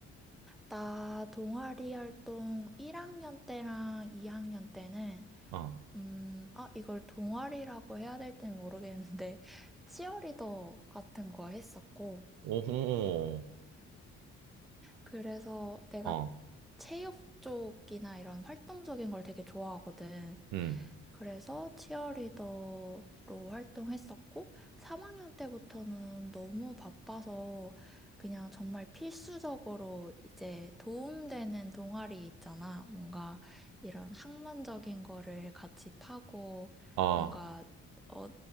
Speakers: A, in the centre; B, on the right (about 80°).
A: 나 동아리 활동 1학년 때랑 2학년 때는
B: 아,
A: 음, 아, 이걸 동아리라고 해야 될지는 모르겠는데, <laughs> 치어리더 같은 거 했었고,
B: 오호,
A: 그래서 내가
B: 어,
A: 체육 쪽이나 이런 활동적인 걸 되게 좋아하거든.
B: 음,
A: 그래서 치어리더로 활동했었고, 3학년 때부터는 너무 바빠서 그냥 정말 필수적으로 이제 도움되는 동아리 있잖아. 뭔가 이런 학문적인 거를 같이 파고,
B: 아,
A: 뭔가, 어,